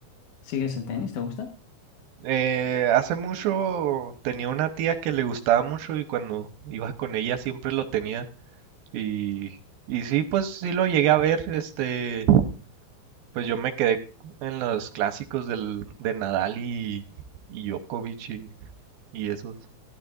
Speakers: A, on the left; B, on the right.
A: ¿Sigues el tenis? ¿Te gusta?
B: Eh, hace mucho tenía una tía que le gustaba mucho y cuando iba con ella siempre lo tenía. Y, y sí, pues sí lo llegué a ver. Este, pues yo me quedé en los clásicos del, de Nadal y, y Djokovic y, y esos.